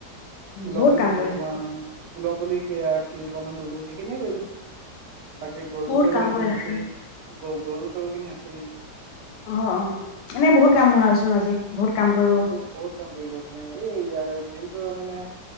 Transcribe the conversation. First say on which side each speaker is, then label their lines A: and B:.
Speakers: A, on the right (about 85°); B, on the left (about 80°).
A: ফুলৰ
B: বহুত
A: পুলি
B: কাম
A: <unintelligible>
B: কৰিলা
A: মান - ফুলৰ পুলি কেইজোপা মান ৰুলো সেইখিনিয়ে কৰিলো। বাকি গৰু
B: বহুত কাম
A: এইখিনি
B: কৰিলাচোন
A: আছে গ গৰু-চৰুখিনি আছেই।
B: অ', অ', এনেই বহুত কাম হ চোন আজি। বহুত কাম কৰিব
A: আজি বহুত কাম কৰিলো হ এই দিনটো মানে